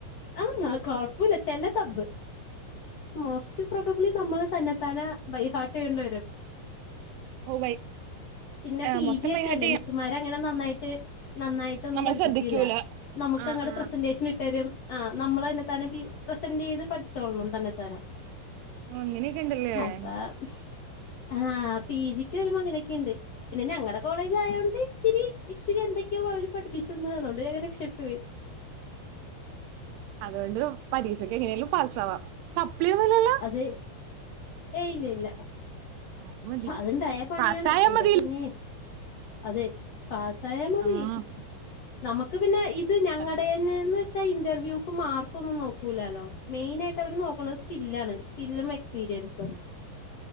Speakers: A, on the left; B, on the right.
A: ആഹ് കുഴപ്പില്ല ചില സബ് മോസ്റ്റ് പ്രൊബബ്ലി നമ്മൾ തന്നെ താനെ ബൈഹാർട്ട് ചെയ്യണ്ട വരും
B: ഓ ബൈ
A: പിന്നെ
B: ആ,
A: പി
B: മൊത്തം
A: ജി ഒക്കെല്ലേ
B: ബൈ ഹാർട്ട്
A: മിസ്സുമാരങ്ങനെ നന്നായിട്ട് നന്നായിട്ടൊന്നും
B: നമ്മൾ
A: പഠിപ്പിക്കൂല്ല
B: ശ്രദ്ധിക്കൂല
A: നമ്മുക്കങ്ങട്ട്
B: ആ ആ
A: പ്രസന്റേഷൻ ഇട്ട്തരും ആഹ് നമ്മള് തന്നെത്താനെ പി പ്രസന്റ് ചെയ്ത് പഠി ചോളണം തന്നെതാനെ
B: ആ, അങ്ങനെയൊക്കെ ഉണ്ടല്ലേ
A: അപ്പം ആഹ് പി ജിക്ക് വരുമ്പോ അങ്ങനൊക്കെയുണ്ട് പിന്നെ ഞങ്ങളെ കോളേജ് ആയോണ്ട് ഇച്ചിരി ഇച്ചിരി എന്തൊക്കെയൊ അവര് പഠിപ്പിച്ചന്ന് അതു കൊണ്ട് വേഗം രക്ഷപ്പെട്ടുപ്പോയി
B: അതുകൊണ്ട് പരീക്ഷക്കെങ്ങനേലും പാസ്സാവാ സപ്ലിയൊന്നുല്ലല്ലോ
A: അതെ ഏഹ് ഇല്ലില്ല
B: അത് മതി
A: അത്ണ്ടായ പണിയാണ്
B: പാസ്സായാ
A: എന്റെ
B: മതില്ലേ
A: പൊന്നേ അതെ പാസായാമതി
B: ആഹ്
A: നമ്മുക്ക് പിന്നെ ഇത് ഞങ്ങളേടെന്നേന്ന്
B: അതെ
A: പക്ഷെ ഇന്റർവ്യൂക്ക് മാർക്കൊന്നും നോക്കൂലാല്ലോ മെയിനായിട്ട് അവര് നോക്കണത് സ്കില്ലാണ് സ്കില്ലും എക്സ്പീരിയൻസും